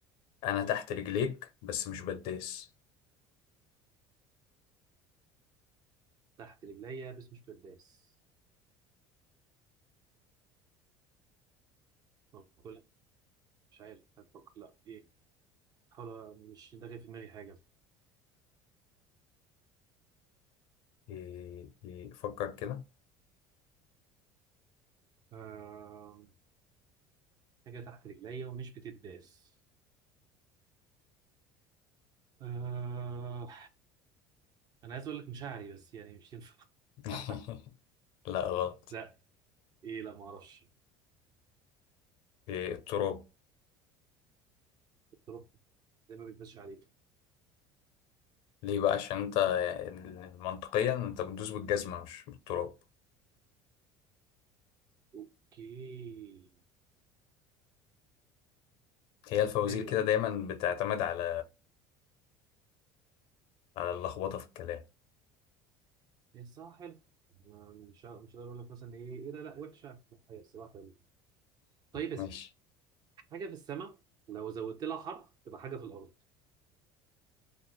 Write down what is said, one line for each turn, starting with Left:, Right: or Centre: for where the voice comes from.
Left: انا
Right: ماشي
Left: تحت رجليك بس مش بداس
Right: تحت رجليا بس مش برداس باكلها مش عارف هتفكر لا ايه حاول مش داخل في دماغي حاجه
Left: إيه إيه فكر كده
Right: آه... حاجة تحت رجليا ومش بتتداس آه... أنا عايز أقول لك مشاعري بس يعني مش ينفع
Left: <laughs>
Right: <laughs>
Left: لا غلط
Right: لا إيه لا ما أعرفش
Left: إيه التراب
Right: التراب زي ما بيتمشي عليك
Left: ليه بقى عشان انت منطقيا انت بتدوس بالجزمة مش بالتراب
Right: أوكي
Left: هي الفوازير
Right: حلو
Left: كده دايما بتعتمد على على اللخبطة في الكلام
Right: ده إيه صح حلو ما- مش ه- مش هقدر أقول لك مثلا إيه إيه ده لا وحشة لا، هي الصراحة حلوة طيب يا
Left: ماشي
Right: سيدي حاجة في السماء لو زودت لها حرف تبقى حاجة في الأرض